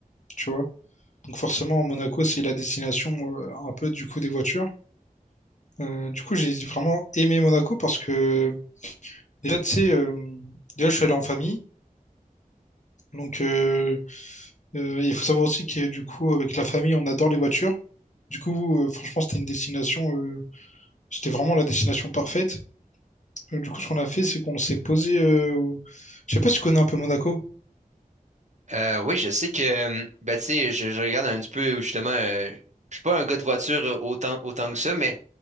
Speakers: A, on the left (about 55°); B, on the right (about 55°).
A: tu vois. Donc forcément, Monaco, c'est la destination euh, un peu du coup des voitures. Euh, du coup, j'ai vraiment aimé Monaco parce que déjà, tu sais, euh, déjà, je suis allé en famille. Donc, euh, euh, il faut savoir aussi que du coup, avec la famille, on adore les voitures. Du coup, euh, franchement, c'était une destination, euh, c'était vraiment la destination parfaite. Euh, Du coup, ce qu'on a fait, c'est qu'on s'est posé. euh, au- Je sais pas si tu connais un peu Monaco,
B: Euh, oui, je sais que, euh, ben, tu sais, je, je regarde un petit peu, justement, euh, je suis pas un gars de voiture euh, autant, autant que ça, mais